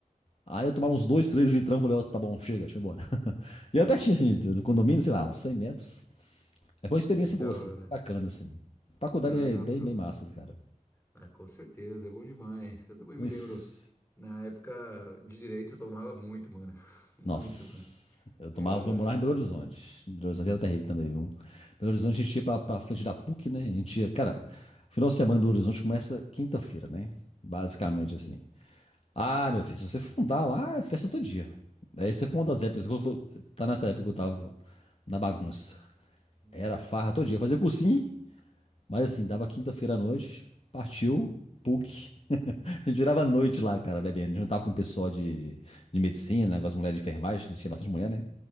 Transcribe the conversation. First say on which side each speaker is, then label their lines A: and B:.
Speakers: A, on the left; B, on the left.
A: Aí eu tomava uns dois, três litrão, falei, ó, tá bom, chega, deixa eu ir embora. <laughs> E era pertinho, assim, do do condomínio, sei lá, uns 100 metros. Aí foi uma experiência
B: que da
A: boa, assim,
B: hora.
A: bacana, assim. Faculdade
B: Dá-
A: é
B: dá
A: bem,
B: pra-
A: bem massa, cara.
B: Ah, com certeza, é bom demais. Eu também
A: Mas,
B: me lembro, na época de direito eu tomava muito, mano. <laughs> Muito,
A: nossa,
B: mano.
A: eu tomava
B: Era.
A: quando eu morava em Belo Horizonte. Belo Horizonte
B: Uhum.
A: era terrível também, viu? Belo Horizonte
B: Nossa.
A: a gente ia pra, pra frente da PUC, né? A gente ia, cara, final de semana em Belo Horizonte começa quinta-feira, né? Basicamente,
B: Uhum.
A: assim. Ah, meu filho, se você fundar lá, é festa todo dia. Aí você foi uma
B: Nossa.
A: das épocas, que eu vou- tá nessa época que eu tava na bagunça.
B: Uhum.
A: Era farra todo dia. Eu fazia cursinho, mas assim, dava quinta-feira à noite, partiu, PUC. <laughs> A gente virava
B: <laughs>
A: a noite lá, cara, bebendo. Juntava com o pessoal de, de, de medicina, né, com as mulheres de enfermagem, que tinha bastante mulher, né?